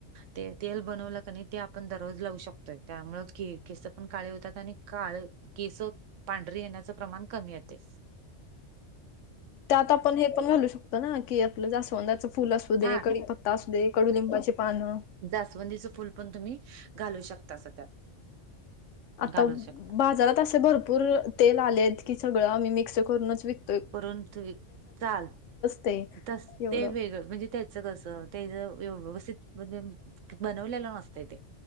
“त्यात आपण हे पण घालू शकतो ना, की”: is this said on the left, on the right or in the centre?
Left